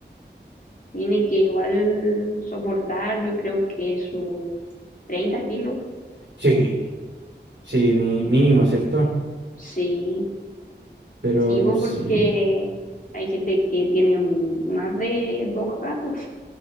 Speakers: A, on the left (about 50°); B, on the right (about 90°).
A: Tiene que igual soportar, yo creo que sus 30 kilos.
B: Sí. Sí, mi- mínimo, ¿cierto?
A: Sí,
B: Pero
A: Sí,
B: no
A: pues
B: sé.
A: porque hay gente que tiene m- más de dos gatos.